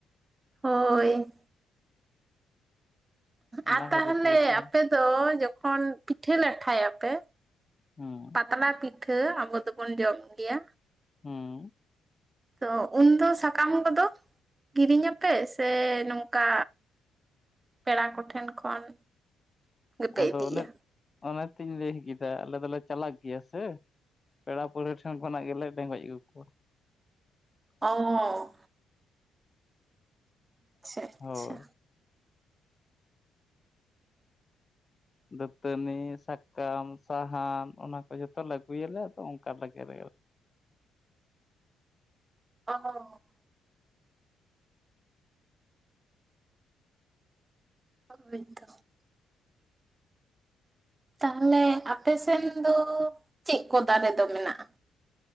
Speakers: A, on the right; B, on the left.
A: ᱦᱳᱭ
B: ᱚᱱᱟ
A: ᱟᱨ ᱛᱟᱦᱚᱞᱮ
B: ᱠᱷᱟᱹᱛᱤᱨ ᱛᱮᱜᱮ ᱥᱮ
A: ᱟᱯᱮ ᱫᱚ ᱡᱚᱠᱷᱚᱱ ᱯᱤᱴᱷᱟᱹ ᱞᱟᱴᱷᱟᱭᱟᱯᱮ
B: ᱦᱩᱸ
A: ᱯᱟᱛᱞᱟ ᱯᱤᱴᱷᱟᱹ ᱟᱵᱚ ᱫᱚᱵᱚᱱ ᱡᱚᱢ ᱜᱮᱭᱟ᱾
B: ᱦᱩᱸ
A: ᱛᱚ ᱩᱱᱫᱚ ᱥᱟᱠᱟᱢ ᱠᱚᱫᱚ ᱠᱤᱨᱤᱧᱟᱯᱮ ᱥᱮ ᱱᱚᱝᱠᱟ ᱯᱮᱲᱟ ᱠᱚᱴᱷᱮᱱ ᱠᱷᱚᱱ ᱜᱮᱯᱮ
B: ᱟᱫᱚ
A: ᱤᱫᱤᱭᱟ
B: ᱚᱱᱮᱫᱽ ᱚᱱᱮ ᱛᱚᱧ ᱞᱟᱹᱭ ᱠᱮᱫᱟ ᱟᱞᱮ ᱫᱚᱞᱮ ᱪᱟᱞᱟᱠ ᱜᱮᱭᱟ ᱥᱮ ᱯᱮᱲᱟ ᱯᱟᱹᱲᱦᱟᱹ ᱴᱷᱮᱱ ᱠᱷᱚᱱᱟᱜ ᱜᱮᱞᱮ ᱴᱮᱜᱚᱡ ᱟᱹᱜᱩ ᱠᱚᱣᱟ᱾
A: ᱚᱸᱻ ᱟᱪᱪᱷᱟ ᱟᱪᱪᱷᱟ
B: ᱦᱳᱭ ᱫᱟᱹᱛᱟᱹᱱᱤ ᱥᱟᱠᱟᱢ ᱥᱟᱦᱟᱱ ᱚᱱᱟ ᱠᱚ ᱡᱚᱛᱚ ᱞᱮ ᱟᱹᱜᱩᱭᱟᱞᱮ ᱟᱫᱚ ᱚᱱᱠᱟ ᱛᱮᱜᱮ ᱞᱮ
A: ᱚᱦᱚ <unintelligible> ᱛᱟᱦᱚᱞᱮ ᱟᱯᱮ ᱥᱮᱱ ᱫᱚ ᱪᱮᱫ ᱠᱚ ᱫᱟᱨᱮ ᱫᱚ ᱢᱮᱱᱟᱜᱼᱟ?